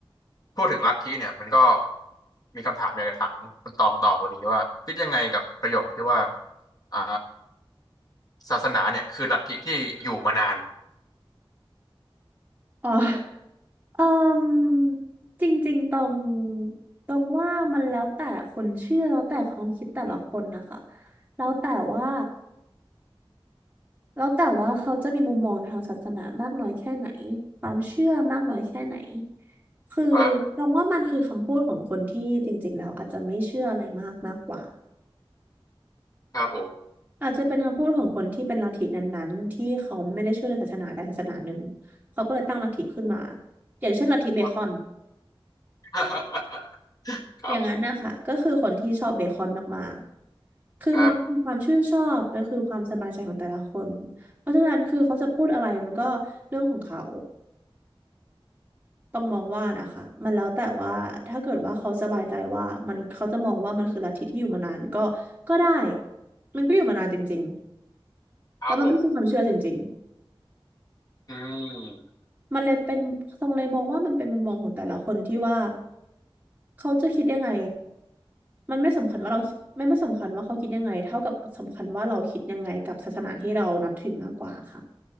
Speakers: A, on the left; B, on the right.
A: พูดถึงลัทธิเนี่ยมันก็มีคำถามอยากจะถามคุณตองต่อพอดีว่าคิดยังไงกับประโยคที่ว่าอ่าศาสนาเนี่ยคือลัทธิที่อยู่มานาน
B: อ๋อ เอ่มจริงๆ ตรงตรงว่ามันแล้วแต่คนเชื่อแล้วแต่ความคิดแต่ละคนนะคะแล้วแต่ว่าแล้วแต่ว่าเขาจะมีมุมมองทางศาสนามากน้อยแค่ไหน ความเชื่อมากน้อยแค่ไหน คือ
A: ครับ
B: ตรงว่ามันคือคำพูดของคนที่จริงๆ แล้วอาจจะไม่เชื่ออะไรมากมากกว่า
A: ครับผม
B: อาจจะเป็นคำพูดของคนที่เป็นลัทธินั้นๆที่เขาไม่ได้เชื่อในศาสนาใดศาสนาหนึ่งเขาก็เลยตั้งลัทธิขึ้นมาอย่างเช่นลัทธิเบคอน
A: ครับ <laughs> ครับผม
B: อย่างนั้นนะคะก็คือคนที่ชอบเบคอนมากๆคือมันคือความชื่นชอบมันคือความสบายใจของแต่ละคนเพราะฉะนั้นคือเขาจะพูดอะไรมันก็เรื่องของเขา
A: ครับ
B: ต้องมองว่านะคะมันแล้วแต่ว่าถ้าเกิดว่าเขาสบายใจว่ามันเขาจะมองว่ามันคือลัทธิที่อยู่มานานก็ก็ได้มันก็อยู่มานานจริงๆแล้วมันก็คือความเชื่อจริงๆ
A: ครับผมอืม
B: มันเลยเป็นทรงเลยมองว่ามันเป็นมุมมองของแต่ละคนที่ว่าเขาจะคิดยังไง มันไม่สำคัญว่าเราไม่ไม่สำคัญว่าเขาคิดยังไงเท่ากับสำคัญว่าเราคิดยังไงกับศาสนาที่เรานับถือมากกว่าค่ะ